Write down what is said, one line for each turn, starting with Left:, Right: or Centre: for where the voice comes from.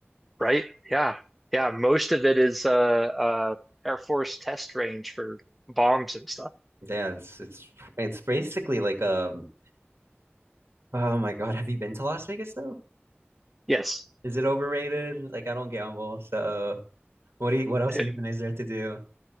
Centre: Right. Yeah. Yeah. Most of it is uh, uh, Air Force test range for bombs and stuff.
Right: Yeah, it's it's it's basically like um. Oh my God, have you been to Las Vegas though?
Centre: Yes.
Right: Is it overrated? Like, I don't gamble, so what do you, what else
Centre: It,
Right: even is there to do?